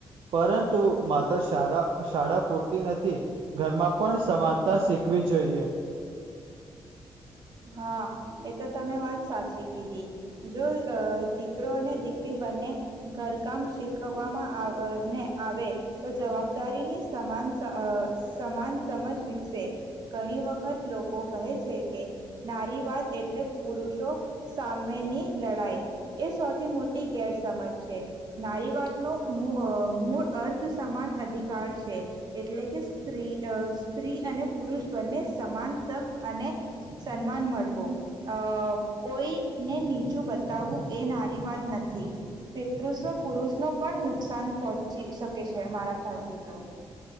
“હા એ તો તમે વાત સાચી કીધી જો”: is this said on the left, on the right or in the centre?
Right